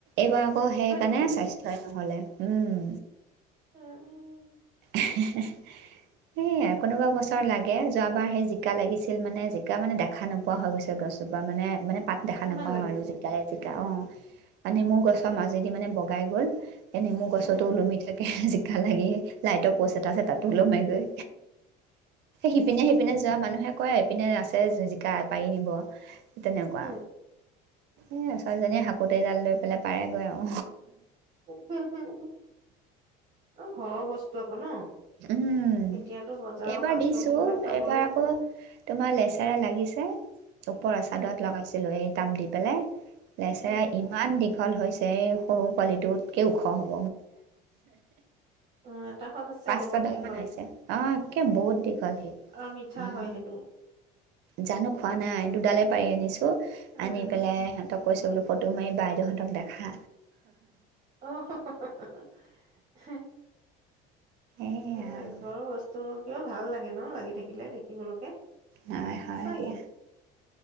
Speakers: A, on the right; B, on the right.
A: এইবাৰ আকৌ সেইকাৰণে
B: হয় নেকি
A: স্বাস্থ্যয়ে নহলে। উম
B: উম
A: <unintelligible> কোনোবা বছৰ
B: হুম,
A: লাগে, যোৱাবাৰ এই জিকা লাগিছিল মানে। জিকা মানে দেখা নোপোৱা হৈ গৈছে গছজোপা। মানে মানে পাত দেখা
B: ইমান
A: নাপাওঁ
B: লাগিছে
A: আৰু, জিকা য়ে জিকা।
B: উম
A: অ'। <unintelligible> গছৰ মাজেদি মানে বগাই গ'ল। এ, নেমু গছতো
B: উম
A: ওলমি থ এহ, জিকা লাগি, লাইট-অ <unintelligible> আছে তাতটো <unintelligible> গৈ। সিপিনে সিপিনে যোৱা মানুহে কয়, এইপিনে আছে জি, জিকা পাৰি নিব। তেনেকুৱা
B: উম
A: এয়া ছোৱালীজনীয়ে হাকোটি এডাল লৈ পেলাই পাৰেগৈ আৰু।
B: <unintelligible> ঘৰৰ বস্তু <unintelligible>
A: উম
B: এতিয়াতো বজাৰৰ
A: এইবাৰ
B: শাক
A: দিছো
B: চবজি বিলাক খাবলৈ
A: এইবাৰ আকৌ তোমাৰ লেচেৰা লাগিছে ওপৰৰ চাদত
B: উম
A: লগাইছিলো এই তাব দি পেলাই লেচেৰা
B: উম
A: ইমান <unintelligible> হৈছে এই সৰু পোৱালিটোতকেও ওখ হ'ব।
B: অ এটা সঁচ আছে বহুত
A: <unintelligible> <unintelligible> ছডাল
B: দীঘল
A: মান আছে হ একে বহুত দীঘল সি
B: আৰু মিঠা
A: উম
B: হয় সেইটো
A: জানো খোৱা নাই দুডালে পাৰি আনিছো
B: উম
A: আনি পেলাই সিহঁতক কৈছে বোলো ফটো মাৰি বাইদেউহঁতক দেখা
B: <unintelligible>
A: এইয়া
B: উম
A: আৰু
B: ঘৰৰ বস্তু কিয় <unintelligible> লাগে ন লাগি থাকিলে দেখিবলৈকে। সঁচাকে।
A: হয় হয় দিয়া